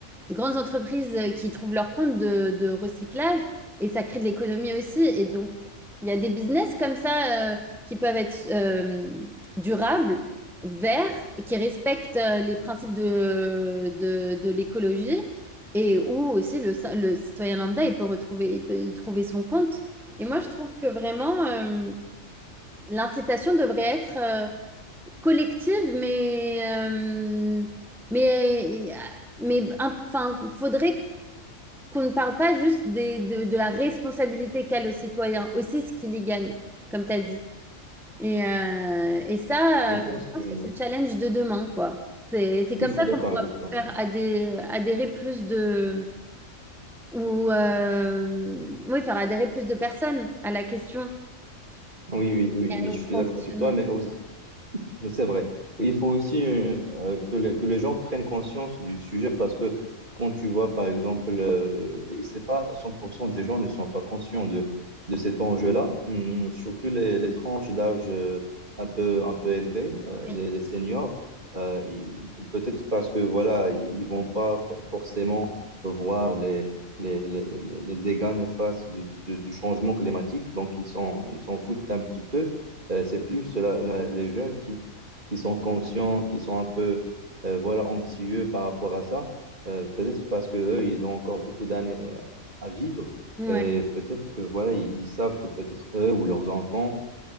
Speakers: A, in the centre; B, on the right.
A: des grandes entreprises euh, qui trouvent leur compte de, de recyclage et ça crée de l'économie aussi. Et donc, il y a des business comme ça euh, qui peuvent être euh, durables, verts, et qui respectent euh, les principes de, de, de l'écologie. Et où aussi le, ci- le citoyen lambda, il peut retrouver, il peut y trouver son compte. Et moi, je trouve que vraiment, euh, l'incitation devrait être euh, collective, mais, euh, mais, mais enfin, faudrait qu'on ne parle pas juste des- de, de la responsabilité qu'a le citoyen, aussi ce qu'il y gagne, comme tu as dit. Et, euh, et ça,
B: Je pense,
A: euh, je pense
B: oui.
A: que c'est le challenge de demain, quoi. C'est, c'est comme
B: Oui, je suis
A: ça
B: d'accord
A: qu'on pourra
B: avec toi.
A: faire adhé- adhérer plus de, ou euh, oui, faire adhérer plus de personnes à la question
B: Oui, oui, oui,
A: et
B: oui,
A: au
B: je
A: transitionnement.
B: suis d'accord avec toi, mais aussi- C'est vrai. Il faut aussi euh, euh, que, les- que les gens prennent conscience du sujet parce que quand tu vois, par exemple, euh, et c'est pas 100% des gens ne sont pas conscients de, de cet enjeu-là, Hum, surtout les, les tranches d'âge euh, un peu, un peu élevées, euh,
A: Oui,
B: les, les seniors, euh, ils- peut-être parce que voilà, ils vont pas for- forcément voir les, les, les, les- les dégâts néfastes de- de- du changement climatique, donc ils sont, ils s'en foutent un petit peu. Euh, c'est plus la- la- les jeunes qui, qui sont conscients, qui sont un peu euh, voilà, anxieux par rapport à ça. Euh, peut-être parce que eux, ils ont encore beaucoup d'années à à vivre
A: oui,
B: et peut-être que voilà, ils, ils savent que peut-être eux ou leurs enfants